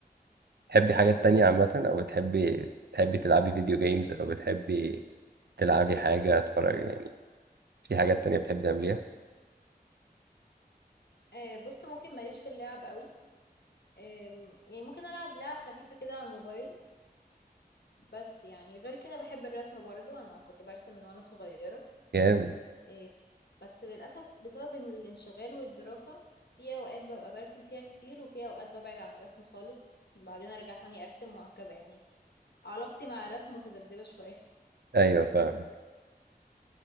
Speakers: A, on the right (about 75°); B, on the left (about 85°).
A: تحبي حاجات تانية عامة أو بتحبي تحبي تلعبي فيديو جيمز أو بتحبي تلعبي حاجة تتفرجي يعني في حاجات تانية بتحبي تعمليها؟
B: آه بص ممكن ماليش في اللعب قوي آم، يعني ممكن ألعب لعب خفيفة كده على الموبايل بس يعني غير كده بحب الرسم برضو أنا كنت برسم من وأنا صغيرة
A: جامد
B: آه بس للأسف بسبب إن الانشغال والدراسة في أوقات ببقى برسم فيها كتير وفي أوقات ببعد عن الرسم خالص وبعدين أرجع تاني أرسم وهكذا يعني علاقتي مع الرسم متذبذبة شوية <laughs>
A: أيوه فاهم